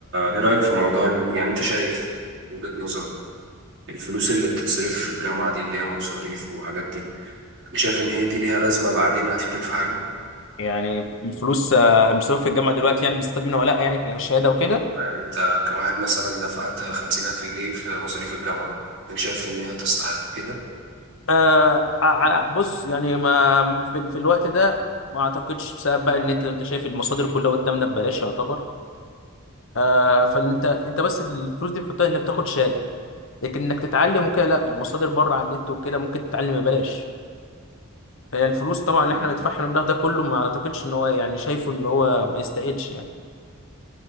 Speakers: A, on the right (about 55°); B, on the left (about 60°).
A: ايه رايك في موضوع إن- يعني انت شايف من وجهة نظرك الفلوس اللي بتتصرف في الجامعه دي اللي هي مصاريف وحاجات دي انت شايف ان هي دي ليها لازمه بعدين هتفيدك في حاجه
B: يعني الفلوس آه، المصروف في الجامعه دلوقتي يعني بنستفاد منها ولا لا يعني كشهاده وكده
A: يعني انت كواحد مثلا دفعت خمسين الف جنيه في مصاريف الجامعه انت شايف ان هي تستحق كده
B: آه على بص يعني ما في, في الوقت ده ما اعتقدش بسبب بقى ان انت انت شايف المصادر كلها قدامنا ببلاش يعتبر آه فان انت انت بس الفلوس دي بتحطها انك تاخد شهاده لكن انك تتعلم وكده لا المصادر بره على النت وكده ممكن تتعلم ببلاش فهي الفلوس طبعا اللي
A: مم.
B: احنا بندفعها المبلغ ده كله ما اعتقدش ان هو يعني شايفه ان هو ما يستاهلش يعني